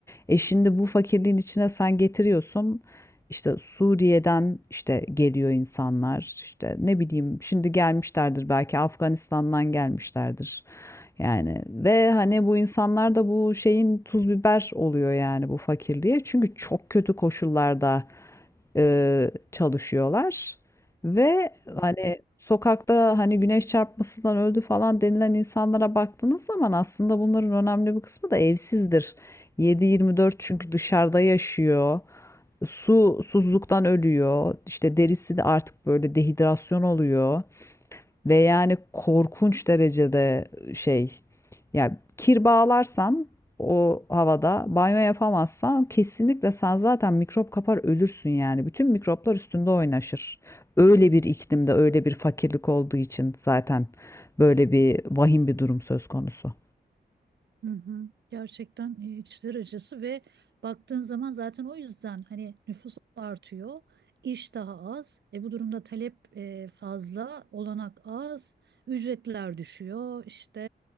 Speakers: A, on the left (about 15°); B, on the right (about 85°).
A: E şimdi bu fakirliğin içine sen getiriyorsun. İşte Suriye'den işte geliyor insanlar. İşte ne bileyim şimdi gelmişlerdir belki Afganistan'dan gelmişlerdir. Yani ve hani bu insanlar da bu şeyin tuz biber oluyor yani bu fakirliğe. Çünkü çok kötü koşullarda e, çalışıyorlar. Ve hani sokakta hani güneş çarpmasından öldü falan denilen insanlara baktığınız zaman aslında bunların önemli bir kısmı da evsizdir. 7-24 çünkü dışarıda yaşıyor. Su, susuzluktan ölüyor. İşte derisi de artık böyle dehidrasyon oluyor. Ve yani korkunç derecede şey yani kir bağlarsan o havada banyo yapamazsan kesinlikle sen zaten mikrop kapar ölürsün yani. Bütün mikroplar üstünde oynaşır. Öyle bir iklimde öyle bir fakirlik olduğu için zaten böyle bir vahim bir durum söz konusu.
B: Hı hı. Gerçekten e, içler acısı ve baktığın zaman zaten o yüzden hani nüfus artıyor, iş daha az. E bu durumda talep e, fazla, olanak az, ücretler düşüyor. İşte